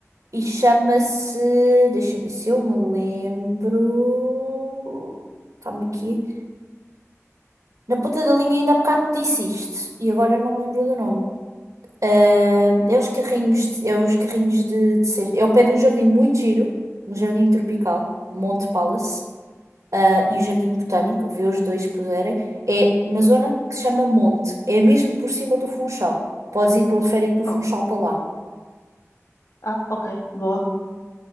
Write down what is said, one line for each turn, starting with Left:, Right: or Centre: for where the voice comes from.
Right: e chama-se, deixa eu ver se eu me lembro, está-me aqui, na ponta da linha ainda há bocado disse isto, e agora eu não me lembro do nome, Ah, é os carrinhos, de- é os carrinhos de, de cesta, é ao pé de um jardim muito giro, um jardim tropical, Monte Palace, ah, e o Jardim Botânico, vê os dois se puderem, é uma zona que se chama Monte. É mesmo por cima do Funchal. Podes ir pelo férico do
Left: Oh,
Right: Funchal para lá.
Left: Ah, ok, boa.